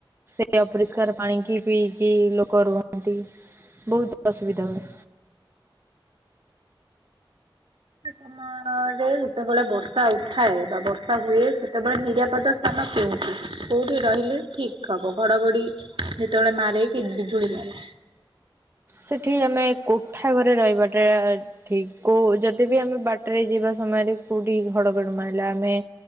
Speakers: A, on the right; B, on the right.
A: ସେ ଅପରିଷ୍କାର ପାଣିକି ପିଇକି ଲୋକ ରୁହନ୍ତି, ବହୁତ ଅସୁବିଧା ହୁଏ।
B: ହଁ ଅ-ଯେତେବେଳେ ବର୍ଷା ଉଠାଏ ବା ବର୍ଷା ହୁଏ ସେତେବେଳେ ନିରାପଦ ସ୍ଥାନ କେଉଠି? କୋଉଠ ରହିଲେ ଠିକ୍ ହବ? ଘଡଘଡି ଯେତେବେଳେ ମାରେ କି ବିଜୁଳି ମାରେ?
A: ସେଠି ଆମେ କୋଠା ଘରେ ରହିବାଟା ଠିକ୍ କୋଉ ଜଦୀ ବିି ଆମେ ବାଟରେ ଯିବା ସମୟରେ କୋଉଠି ଘଡ଼ଘଡ଼ି ମାରଲା ଆମେ